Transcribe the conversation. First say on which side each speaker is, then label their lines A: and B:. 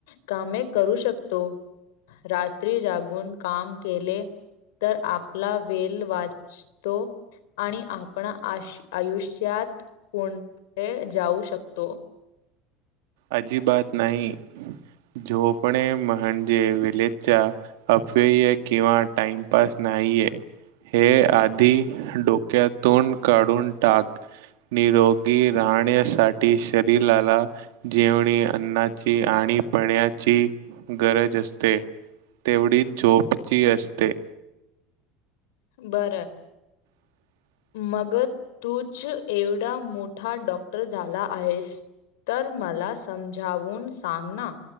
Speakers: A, on the left; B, on the right.
A: कामे करू शकतो. रात्री जागून काम केले तर आपला वेल वाचतो. आणि आपण आयुष्यात कोणठे जाऊ शकतो
B: अजीबात नाही. झोपणे म्हणजे विलेचा अप्यय किंवा टाइमपास ना नाहीेय हे आधी डोक्यातून काढून टाक. निरोगी राहण्यासाठी शरीराला जेवणी अन्नाची आणि पण्याची गरज असते तेवढीच झोपची असते
A: बरं
B: ह
A: मग तूच एवढा मोठा डॉक्टर झाला आहेस तर मला समजावून सांग ना